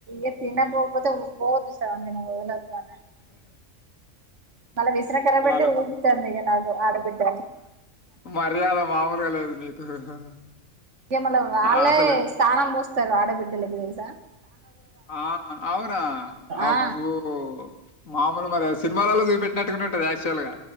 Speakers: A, on the right (about 65°); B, on the left (about 80°).
A: ఇ తినకపోతే ఓవర్ గా చూస్తారు మా వాళ్లంతా మళ్ విశ్రఖరబట్టి
B: వాళ్ళు
A: ఊగుతంది ఇక నా ఆడబిడ్డ
B: మర్యాద మామూలుగా లేదు మీకు.
A: ఇక మళ వాళ్ళే
B: ఆ! అసలు
A: స్థానం పోస్త సార్ అడాబి డలివరీసా
B: ఆ అవునా అబ్బో
A: ఆ
B: మా మరి సినిమాలలో చూపట్టినట్టునేంటంది యాక్చువల్గా